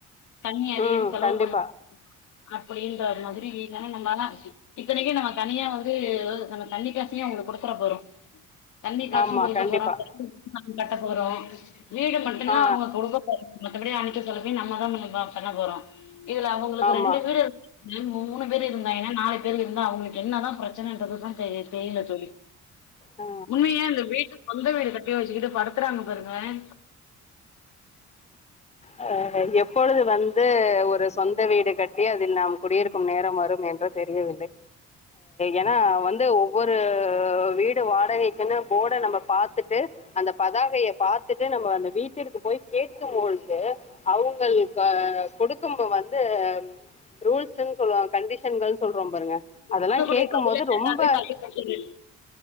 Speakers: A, on the left; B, on the left.
A: தண்ணி அதிகம்
B: ம்
A: செலவு
B: கண்டிப்பா
A: பண்ண அப்படின்ற மாதிரி ஏன்னா நம்பலா இத்தனைக்கு நம்ம தனியா வந்து நம்ம தண்ணி காசையு அவங்களுக்கு குடுத்துற போறோ தண்ணி காசு
B: ஆமா
A: குடுக்க
B: கண்டிப்பா
A: போறோ <unintelligible> கட்ட போறோ வீடு மட்டுதா
B: ஆ
A: அவங்க கொடுக்கப் போற மத்தபடி அனுச்சி சொல்லபி நம்மதா பண்ண பண்ண போறோ இதுல அவங்களுக்கு
B: ஆமா
A: ரெண்டு வீடு இருா மூணு பேர் இருந்தாங்க நாலு இருந்திருந்தா அவங்களுக்கு என்னதா பிரச்ச பிரச்சனன்றது தா தோழி தெரில தோழி
B: ஆ
A: உண்மையா அந்த வீட்டுக்கு சொந்த வீடு கட்டி ஒரு இது கிட்ட படுத்துறாங்க பாருங்களே
B: அ அ எப்பொழுது வந்து ஒரு சொந் சின்ன வீடு கட்டி அதில் நாம் குடியிருக்கும் நேரம் வரும் என்று தெரியவில்லை ஏனா வந்து ஒவ்வொரு வீடு வாடகைக்குனு போட நம்ம பாத்துட்டு அந்த பதாகைய பாத்து துட்டு நம்ம அந்த வீட்டிற்க்கு போய் கேட்கும் போது அவுங்கள் கொடுக்கும் வந்து ரூல்சுனு சொல்வாங்க கண்டிஷன்கள் சொல்றோம் பாருங்க அதெல்லா
A: குடுக்கக்கூடிய
B: கேக்கும்
A: பதிலே
B: போது
A: நல்லாவே
B: ரொம்ப
A: தள்ளி போகுது